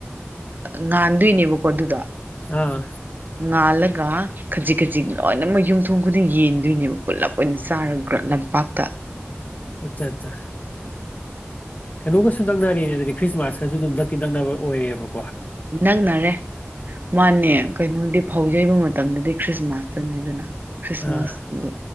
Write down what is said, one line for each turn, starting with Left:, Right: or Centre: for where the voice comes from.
Right: ꯉꯥꯟꯗꯣꯏꯅꯦꯕꯀꯣ ꯑꯗꯨꯗꯣ
Left: ꯑꯥ
Right: ꯉꯥꯜꯂꯒ ꯈꯖꯤꯛ ꯈꯖꯤꯛ ꯂꯣꯏꯅꯃꯛ ꯌꯨꯝꯊꯣꯡ ꯈꯨꯗꯤꯡ ꯌꯦꯟꯗꯣꯏꯅꯦꯕ ꯄꯨꯜꯂꯞ ꯑꯣꯏꯅ ꯆꯥꯔꯒ꯭ꯔ ꯂꯝꯄꯥꯛꯇ
Left: ꯑꯆꯥ ꯑꯠꯆꯥ ꯀꯩꯅꯣꯒꯁꯨ ꯅꯛꯅꯔꯦꯅꯦ ꯑꯗꯨꯗꯤ ꯈ꯭ꯔꯤꯁꯃꯥꯁꯀꯁꯨ ꯑꯗꯨꯝ ꯗꯛꯇꯤ ꯅꯛꯅꯕ ꯑꯣꯏꯔꯦꯕ
Right: ꯅꯪꯅꯔꯦ ꯃꯥꯅꯦ ꯀꯩꯅꯣꯗꯤ ꯍꯧꯖꯩꯕ ꯃꯇꯝꯗꯗꯤ ꯈ꯭ꯔꯤꯁꯃꯥꯁꯇꯅꯤꯗꯅ ꯈ꯭ꯔꯤꯁꯃꯥꯁ
Left: ꯑꯥ
Right: ꯑꯗꯨ